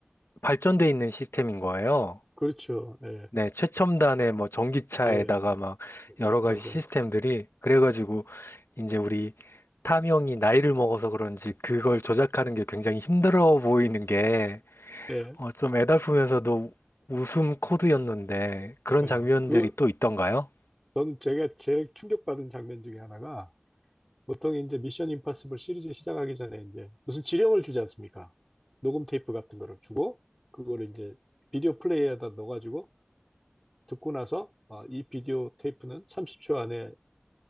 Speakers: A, on the left; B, in the centre.
A: 발전돼 있는 시스템인 거예요.
B: 그렇죠. 예,
A: 네. 최첨단의 뭐 전기차에다가
B: 예,
A: 막 여러 가지
B: 맞아요.
A: 시스템들이 그래가지고 이제 우리 탐형이 나이를 먹어서 그런지 그걸 조작하는 게 굉장히 힘들어 보이는 게
B: 네,
A: 어, 좀 애달프면서도 웃음 코드였는데 그런
B: 어,
A: 장면들이
B: 그,
A: 또 있던가요?
B: 전 제가 제일 충격받은 장면 중에 하나가 보통 이제 미션 임파서블 시리즈 시작하기 전에 이제 무슨 지령을 주지 않습니까? 녹음 테이프 같은 거를 주고 그거를 이제 비디오 플레이어에다 넣어가지고 듣고 나서 아, 이 비디오 테이프는 30초 안에